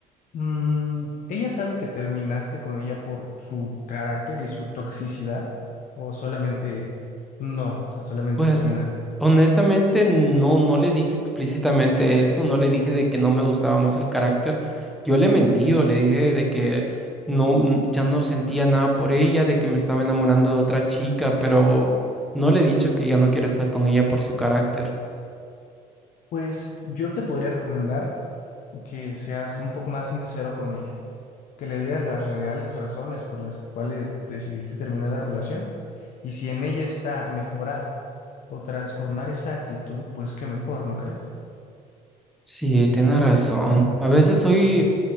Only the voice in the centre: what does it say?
Pues
honestamente no, no le dije explícitamente eso, no le dije de que no me gustaba más el carácter. Yo le he mentido, le dije de que no, mm, ya no sentía nada por ella, de que me estaba enamorando de otra chica, pero no le he dicho que ya no quiero estar con ella por su carácter.
Sí, tienes razón. A veces soy